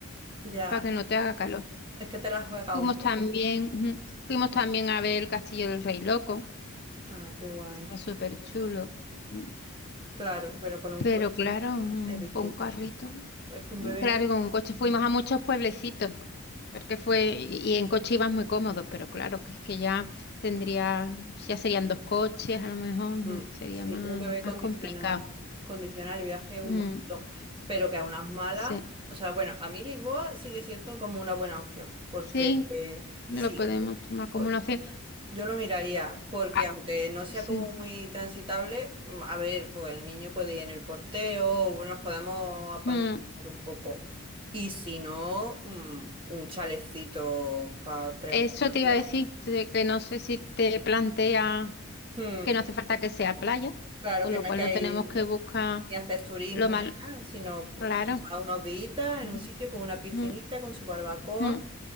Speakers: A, on the right; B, on the left.
A: Ya,
B: para que no te haga calor.
A: es que te la juegas
B: Fuimos
A: un poco.
B: también, ujú, fuimos también a ver el Castillo del Rey Loco,
A: Ah, qué guay.
B: está súper chulo. mm,
A: Claro, bueno, con un
B: Pero
A: coche
B: claro, mm,
A: es distinto.
B: con un carrito,
A: Es que un
B: mm,
A: bebé,
B: claro, y con un coche fuimos a muchos pueblecitos, porque fue, y y en coche ibas muy cómodo, pero claro, que es que ya tendría, ya serían dos coches, a lo mejor mm,
A: mm,
B: sería
A: sí,
B: más,
A: un bebé condiciona,
B: más complicado.
A: condiciona el viaje un
B: Mm,
A: montón, pero que a unas malas,
B: sí.
A: o sea, bueno, a mí Lisboa sigue siendo como una buena opción, porque
B: Sí,
A: eh,
B: lo
A: sí,
B: podemos tomar como
A: por-
B: una opción.
A: yo lo miraría, porque
B: Ah,
A: aunque no sea
B: sí.
A: como muy transitable, mm, a ver, pues el niño puede ir en el porteo, o nos podemos apañar
B: Mm,
A: un poco. Y si no, mm, un chalecito para tres
B: Eso
A: o cuatro
B: te iba
A: días.
B: a decir, de que no sé si te plantea
A: Mm.
B: que no hace falta que sea playa,
A: Claro
B: con
A: que
B: lo
A: no
B: cual
A: hay que
B: no tenemos
A: ir
B: que buscar
A: ni hacer turismo
B: lo más
A: ni <laughs> nada, sino
B: claro.
A: pues, pasar unos días
B: Ujú,
A: en un sitio con una piscinita,
B: ujú,
A: con su barbacoa
B: ujú.